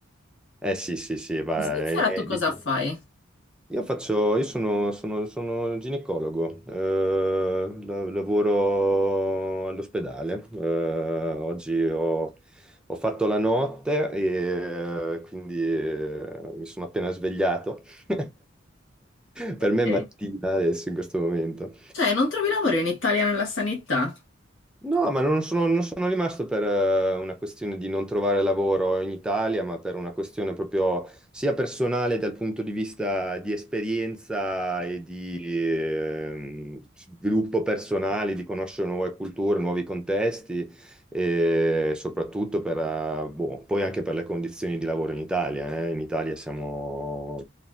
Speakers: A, in the centre; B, on the left.
A: Eh sì, sì, sì, va,
B: In Svizzera
A: è, è-
B: tu cosa
A: diciamo-
B: fai?
A: Io faccio, io sono, sono- sono ginecologo, eh, la- lavoro all'ospedale, eh, oggi ho, ho fatto la notte e eh, quindi eh, mi sono appena svegliato, <laughs> per
B: Ok.
A: me è mattina adesso in questo momento,
B: Cioè, non trovi lavoro in Italia nella sanità?
A: No, ma non sono, non sono rimasto per eh, una questione di non trovare lavoro in Italia, ma per una questione proprio sia personale dal punto di vista di esperienza e di ehm, sviluppo personale, di conoscere nuove culture, nuovi contesti e soprattutto per, eh, boh, poi anche per le condizioni di lavoro in Italia. eh. In Italia siamo...